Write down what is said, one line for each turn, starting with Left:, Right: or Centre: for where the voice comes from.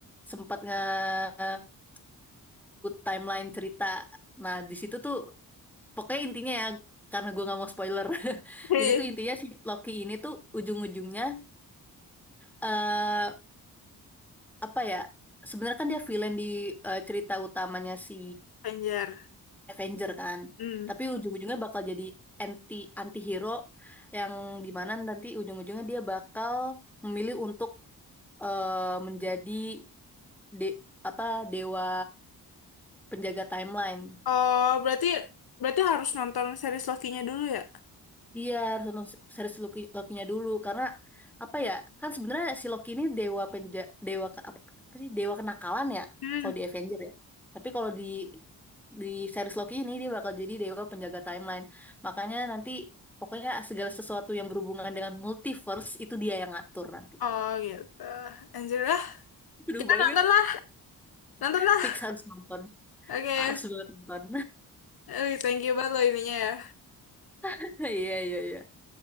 Centre: sempat ngeganggu timeline cerita. Nah, di situ tuh Pokoknya intinya ya, karena gue nggak mau spoiler. <laughs>
Left: Hei,
Centre: Jadi tuh intinya si Loki ini tuh ujung-ujungnya eh apa ya? Sebenarnya kan dia villain di eh, cerita utamanya si
Left: anjir.
Centre: Avenger kan.
Left: Hmm.
Centre: Tapi ujung-ujungnya bakal jadi anti anti-hero yang dimana nanti ujung-ujungnya dia bakal memilih untuk eh, menjadi de apa dewa penjaga timeline.
Left: Oh berarti berarti harus nonton series Loki-nya dulu ya?
Centre: Iya harus nonton series Loki Loki-nya dulu karena apa ya kan sebenarnya si Loki ini dewa penja dewa ke- apa apa sih dewa kenakalan ya
Left: Hmm.
Centre: kalau di Avenger ya tapi kalau di di series Loki ini dia bakal jadi dewa penjaga timeline makanya nanti pokoknya segala sesuatu yang berhubungan dengan multiverse itu dia yang ngatur nanti.
Left: Oh gitu. Anjir lah.
Centre: Seru
Left: Kita
Centre: banget.
Left: nonton lah. Nonton lah.
Centre: Fix harus nonton.
Left: Oke.
Centre: Harus banget nonton.
Left: Eh, Thank you banget loh ininya ya.
Centre: <laughs> Iya, iya, iya.